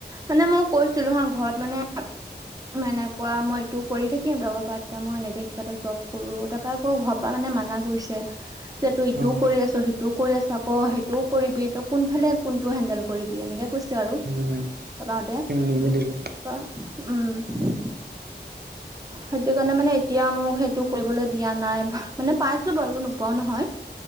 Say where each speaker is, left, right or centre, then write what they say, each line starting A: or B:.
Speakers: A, on the right (about 20°); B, on the right (about 65°).
A: মানে মই কৈছিলো হা ঘৰত মানে।
B: <unintelligible>
A: এনেকুৱা মই এইটো কৰি থাকিম। তাৰ পৰা পাৰ্ট টাইমো মই এনেকে কিবা এটা জব কৰোঁ, তাৰ পৰা আকৌ ঘৰ পৰা মানে মানা কৰিছে যে তই ইটোও
B: অ
A: কৰি আছ সেইটোও। কৰি আছোঁ আকৌ সেইটোও কৰিবি তই কোনফালে কোনটো হেণ্ডেল কৰিবি এনেকে কৈছে। সে আৰু
B: উম
A: <unintelligible>
B: নিমিলিব
A: তাপা উম সেইটো কাৰণে মানে এতিয়া মোক সেইটো কৰিবলৈ দিয়া নাই মানে পাইছো বাৰু নোপোৱাও নহয়।